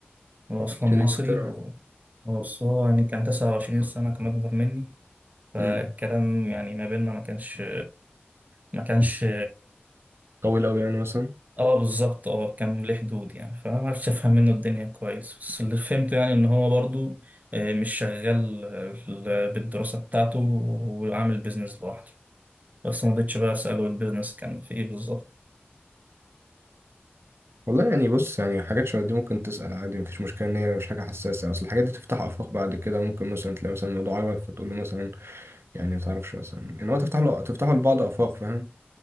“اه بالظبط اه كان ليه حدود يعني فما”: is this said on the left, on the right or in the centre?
Right